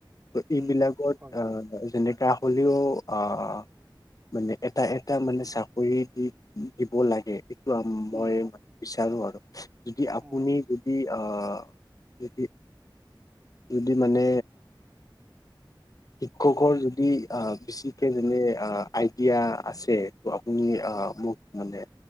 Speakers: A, on the left (about 45°); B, on the right (about 25°).
A: ত, এইবিলাকত
B: উম হয়
A: আহ যেনেকা হ'লেও আহ মানে এটা এটা মানে চাকৰি দি দিব লাগে। এইটো
B: উম
A: মই বিচাৰো আৰু যদি
B: হয়
A: আপুনি যদি অ' অহ, যদি, যদি মানে শিক্ষকৰ যদি আহ বেছিকে যেনে আইডিয়া আছে। ত, আপুনি আহ
B: উম
A: মোক মানে।